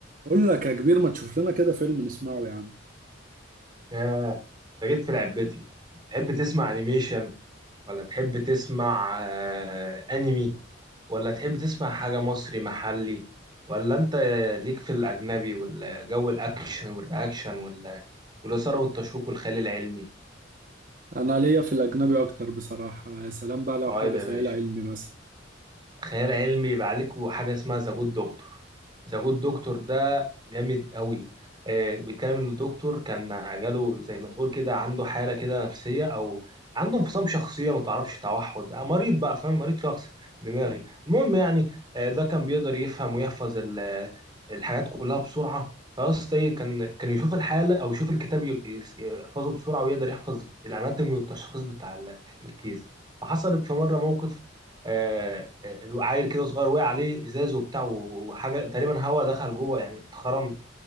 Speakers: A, on the right (about 45°); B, on the right (about 25°).
A: بقول لك يا كبير ما تشوف لنا كده فيلم نسمعه يا عم
B: ياه ده جيت في لعبتي تحب تسمع انيميشن ولا تحب تسمع آه، انمي ولا تحب تسمع حاجة مصري محلي ولا انت ليك في الاجنبي والجو الاكشن والرياكشن وال- والاثارة والتشويق والخيال العلمي
A: انا ليا في الاجنبي اكتر بصراحة يا سلام بقى لو
B: طيب
A: حاجة
B: يا
A: خيال
B: باشا
A: علمي مثلا
B: خيال علمي يبقى عليك حاجه اسمها ذا جود دكتور ذا جود دكتور ده جامد قوي آه، بيتكلم ان الدكتور كان جاله زي ما تقول كده عنده حاله كده نفسيه او عنده انفصام شخصيه ما تعرفش توحد آه، مريض بقى فاهم مريض شخصي دماغي المهم يعني آه، ده كان بيقدر يفهم ويحفظ ال- الحاجات كلها بسرعه فاصل ايه كان كان يشوف الحاله او يشوف الكتاب ي- يس- يحفظه بسرعه ويقدر يحفظ الاناتومي والتشخيص بتاع ال- الكيس فحصلت في مره موقف آه، عيل كده صغير وقع عليه ازاز وبتاع وحاجه تقريبا هوا دخل جوه يعني اتخرم